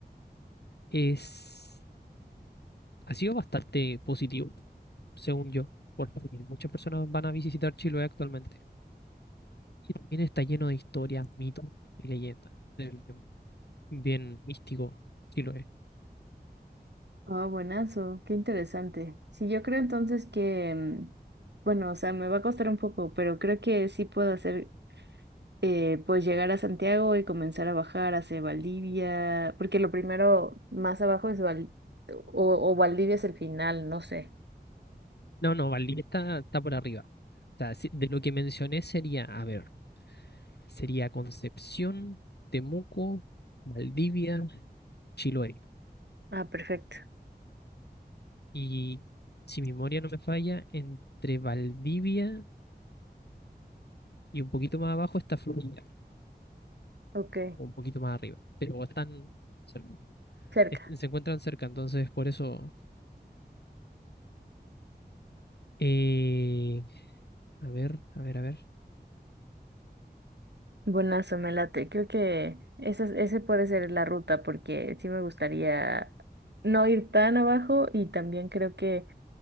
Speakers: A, on the left; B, on the right.
A: es, ha sido bastante positivo, según yo, porque muchas personas van a visitar Chiloé actualmente. Y también está lleno de historias, mitos y leyendas. Es Bien, bien místico, sí lo es.
B: Ah, buenazo, qué interesante. Sí, yo creo entonces que, mm, bueno, o sea, me va a costar un poco, pero creo que sí puedo hacer, eh, pues llegar a Santiago y comenzar a bajar hacia Valdivia, porque lo primero más abajo es Val, o, o Valdivia es el final, no sé.
A: No, no, Valdivia está, está por arriba. O sea, sí, de lo que mencioné sería, a ver, sería Concepción, Temuco, Valdivia, Chiloé.
B: Ah, perfecto.
A: Y si mi memoria no me falla, entre Valdivia y un poquito más abajo está Florida,
B: Ok,
A: o un poquito más arriba, pero están cerca.
B: cerca.
A: Est- se encuentran cerca, entonces por eso... eh, a ver, a ver, a ver.
B: Buenazo, me late. Creo que esa, es- ese puede ser la ruta porque sí me gustaría no ir tan abajo y también creo que